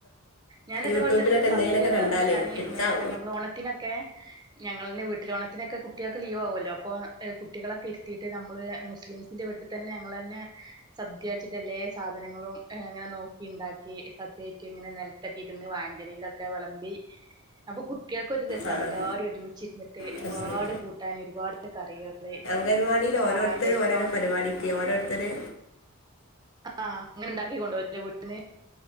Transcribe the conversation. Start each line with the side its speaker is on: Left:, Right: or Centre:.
Right: ഞാന് ഇതേ
Left: യൂട്യൂബിലൊക്കെ
Right: പോലെത്തെ <unintelligible>
Left: എന്തെങ്കിലുമൊക്കെ
Right: സദ്യാന്ന്
Left: കണ്ടാലേ
Right: പറയുമ്പോ ഞാന്
Left: കിട്ടാം
Right: മി ഓ നമ്മള് ഓണത്തിനൊക്കെ ഞങ്ങളിന്നെ വീട്ടില് ഓണത്തിനൊക്കെ കുട്ട്യക്ക് ലീവ് ആവുല്ലോ അപ്പൊ ആഹ് കുട്ടികളൊക്കെ ഇര് ത്തീട്ട് നമ്മള് മുസ്ലിംസിന്റെ വീട്ടി തന്നെ ഞങ്ങളന്നെ സദ്യ വെച്ചിട്ട് എല്ലേ സാധനങ്ങളും അങ്ങനെ നോക്കി ഇണ്ടാക്കി സദ്യയായിട്ട് ഇങ്ങനെ നെല ത്തെക്കെ ഇരുന്ന് വായേന്റെ എലേലൊക്കെ വെളമ്പി അപ്പൊ കുട്ട്യൾക്കൊരു രസാണ്
Left: ആ
Right: എല്ലാരും ഒരുമിച്ചിരുന്നിട്ട്
Left: പ്രശ്നം
Right: ഒരുപാട് കൂട്ടാന് ഒരുപാട് കറികള്
Left: അംഗൻവാടിയില് ഓരോരുത്തര്
Right: പായസം
Left: ഓരോരോ പരിപാടിക്ക് ഓരോരുത്തര്
Right: ആഹ് ആഹ് അങ്ങനെ ഇണ്ടാക്കി കൊണ്ട് പോവല്ലേ വീട്ടിന്ന്